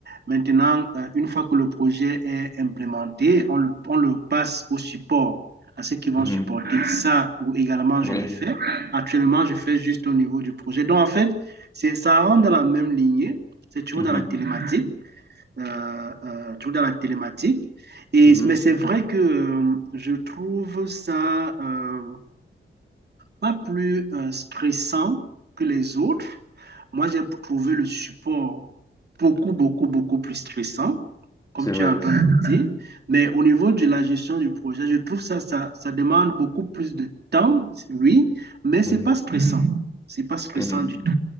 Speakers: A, on the right; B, on the left.
A: Maintenant, euh, une fois que le projet est implémenté, on le, on le passe au support, à ceux qui vont
B: Mhm.
A: supporter ça. Ou également,
B: Oui.
A: je l'ai fait. Actuellement, je fais juste au niveau du projet. Donc en fait, c'est, ça rentre dans la même lignée, c'est toujours
B: Mhm.
A: dans la télématique euh, euh, toujours dans la télématique. Et,
B: Mhm.
A: mais c'est vrai que euh, je trouve ça euh, pas plus euh, stressant que les autres. Moi, j'ai trouvé le support beaucoup, beaucoup, beaucoup plus stressant, comme
B: C'est
A: tu
B: vrai.
A: es en train de <laughs> dire. Mais au niveau de la gestion du projet, je trouve ça, ça, ça demande beaucoup plus de temps, oui, mais c'est
B: Mhm.
A: pas stressant. C'est pas stressant
B: Mhm.
A: du